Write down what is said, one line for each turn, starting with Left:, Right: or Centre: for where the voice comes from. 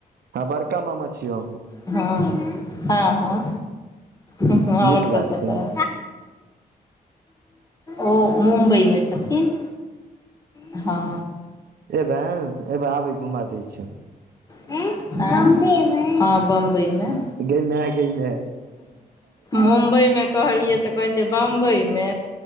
Right: हँ बड़का मामा छीयो हम
Left: ह हँ हँ ओर
Right: नीक
Left: सब
Right: बात
Left: बताउ
Right: छै
Left: <unintelligible> ओ मुम्बइमे छथिन <unintelligible> हँ
Right: एबें एबा आबै घुमा दै छौ
Left: हँ बम्बई मे हँ बम्बई मे
Right: गय मै गयमै
Left: मुम्बइमे कहलियै तऽ कहै छै बम्बईमे